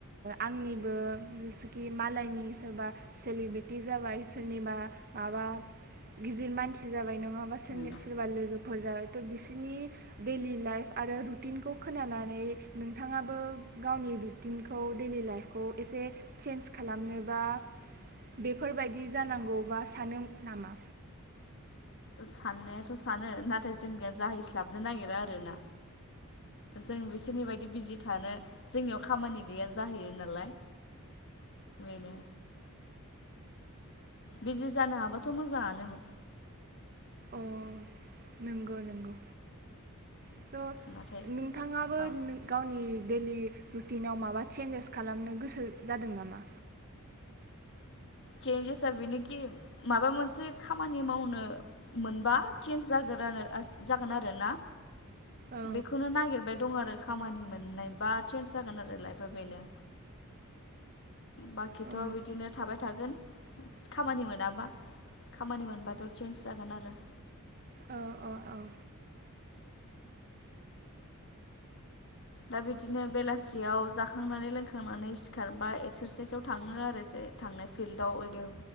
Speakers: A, on the right; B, on the left.
A: आंनिबो जसुखि मालायनि सोरबा सेलबेटि जाबाय सोरनिबा माबा गिदिर मानसि जाबाय नङ नङाबा सोरनि
B: उम
A: सोरबा लोगोफोर जाबाय थ' बिसोरनि डैलि लाइफ आरो रुटिनखौ खोनानानै नोंथाङाबो गावनि रुटिनखौ लि लाइफखौ एसे चेन्ज खालामनोबा बेफोरबायदि जानांगौबा सानो नामा
B: साननायाथ' सानो नाथाय जोंनिया जाहैस्लाबनो नागिरा आरोना जों बिसोरनि बायदि बिजि थानो जोंनियाव खामानि गैया जाहैयो नालाय बेनो बिजि जानो हाबाथ' मोजाङानोमोन
A: अ नंगौ नंगौ स'
B: नाथाय
A: नोंथाङाबो
B: अ
A: नों गावनि डैलि रुटिनाव माबा चेन्जेस खालामनो गोसो जादों नामा
B: चेन्जेस बेनोखि माबा मोनसे खामानि मावनो मोनबा चेन्जस जागानो जागोन आरोना
A: औ
B: बेखौनो नागिरबाय दं आरो खामानि मोननाय बा चेन्ज जागोन आरो लाइफआ बेनो बाखिथ'
A: औ
B: बिदिनो थाबाय थागोन खामानि मोनाबा खामानि मोनबाथ' चेन्जस जागोन आरो
A: औ औ औ
B: दा बिदिनो बेलासियाव जाखांनानै लोंखांनानै सिखारबाय एक्सारसाइसआव थाङो आरो थांनाय फिल्डआव ओदि